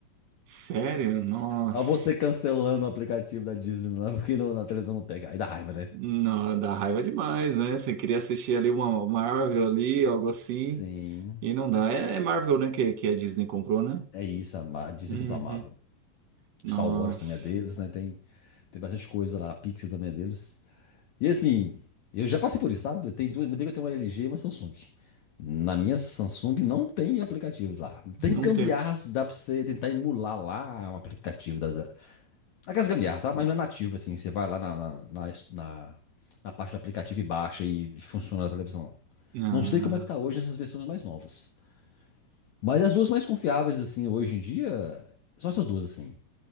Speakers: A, on the right; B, on the left.
A: Sério? Nossa.
B: A você cancelando o aplicativo da Disney lá, porque não- na televisão não pega. Aí dá raiva, né?
A: Não, dá raiva demais, né? Você queria assistir ali uma Marvel ali, algo assim,
B: Sim,
A: e não dá. É, é Marvel, né, que, que a Disney comprou, né?
B: é isso. A Ma- a Disney
A: Uhum.
B: comprou a Marvel.
A: Nossa,
B: Star Wars também é deles, né? Tem, tem bastante coisa lá. A Pixar também é deles. E assim, eu já passei por isso, sabe? Eu tenho duas, ainda bem que eu tenho uma LG e uma Samsung. Na minha Samsung não tem aplicativo lá. Tem
A: não
B: gambiarras,
A: tem.
B: dá pra você tentar emular lá um aplicativo da, da... Aquelas gambiarras, sabe? Mas não é nativo, assim. Você vai lá na, na, na, na- na parte do aplicativo e baixa e funciona na televisão,
A: Ah,
B: Não sei como é que tá hoje nessas versões mais novas. Mas as duas mais confiáveis, assim, hoje em dia, são essas duas, assim.